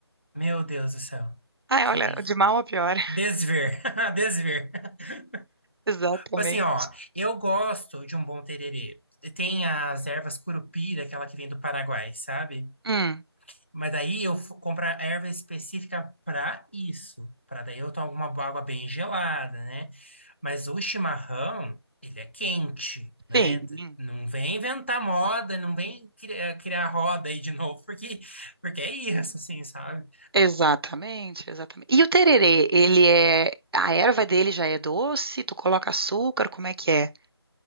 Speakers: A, on the left; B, on the right.
A: Meu Deus do céu.
B: Ai,
A: Que
B: olha, de mal a pior. <laughs>
A: desver. <laughs> Desver. Tipo
B: Exatamente.
A: Assim, ó, eu gosto de um bom tererê. Tem as ervas curupira, aquela que vem do Paraguai, sabe?
B: Hum,
A: Mas daí eu f- compro a erva específica para isso, para daí eu tomo uma água bem gelada, né? Mas o chimarrão, ele é quente, né?
B: sim.
A: T- Não vem inventar moda, não vem criar, criar roda aí de <laughs> novo, porque, porque é isso, assim, sabe?
B: Exatamente, exatamente. E o tererê, ele é. A erva dele já é doce? Tu coloca açúcar? Como é que é?